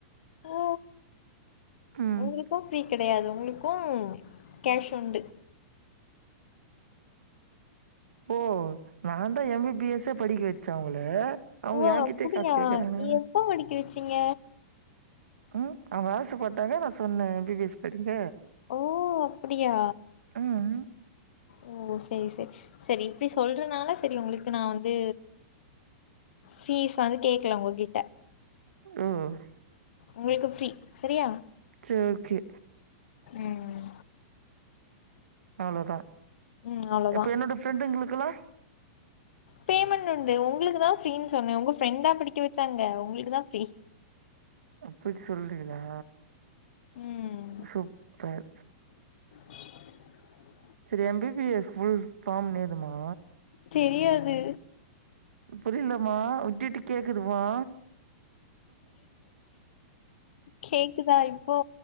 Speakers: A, on the left; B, on the right.
A: ஓ
B: ம்
A: உங்ளுக் கு ஃப்ரீ கெடையாது உங்களுக்கும் கேஷ் உண்டு
B: ஓ நாந்தா எம் பி பி எஸ் எ படிக்க வச்சே அவங்கள அவங்க
A: ஓ
B: என்கிட்டயே
A: அப்படியா
B: காசு கேக்குறாங்க
A: எப்ப படிக்க வச்சீங்க
B: ம் அவங்க ஆசை பட்டாங்க நான் சொன்னேன் எம் பி பி எஸ் படிங்க
A: ஓ அப்படியா
B: ம்
A: ஓ சரி சரி சரி இப்படி சொல்றதுனால சரி உங்களுக்கு நான் வந்து ஃபீஸ் வந்து கேக்கல உங்க கிட்ட
B: ம்
A: உங்களுக்கு ஃப்ரீ சரியா
B: சரி ஓகே
A: ம்
B: அவ்ளோதா
A: ம் அவ்வளோதான்.
B: இப்ப என்னோட ஃப்ரெண்டுங்களுக்குல்லா
A: பேமெண்ட் உண்டு உங்களுக்கு தா ஃப்ரீனு சொன்னேன் உங்க ஃப்ரெண்டா பிடிக்க வச்சாங்க உங்களுக்கு தான் ஃப்ரீ
B: அப்டிடசொல்றீகளா
A: ம்
B: சூப்பர்
A: <inaudible>
B: சரி M B B S full form நேதுமா
A: தெரியாது
B: புரியலமா விட்டுட்டு கேக்குதுமா
A: கேக்குதா இப்போ